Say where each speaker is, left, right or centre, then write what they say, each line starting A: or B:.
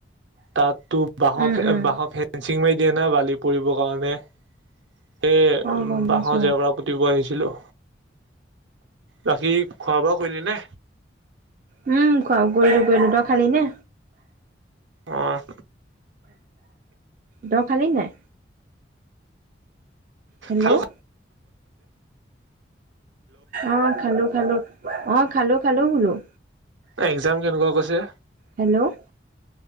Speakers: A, on the right; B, on the right.
A: তাত তু বাহৰ
B: উম
A: ফে
B: উম
A: বাহ ফে চিঙ মাৰি দিয়ে ন বালি কৰিব কাৰণে সেই
B: অ গম
A: বাঁহৰ
B: পাইছো
A: জেওৰা
B: অ
A: পুতিব আহিছিলোঁ বাকী খোৱা বোৱা কৰিলি নে
B: উম উম খুৱাও গৈ গৈ কিবা খালি নে
A: অহ
B: দ খালী নাই হেল্ল'
A: খালো
B: অ খালোঁ খালোঁ অ খালোঁ খালোঁ বোলোঁ
A: একজাম কেনেকুৱা গৈছে
B: হেল্ল'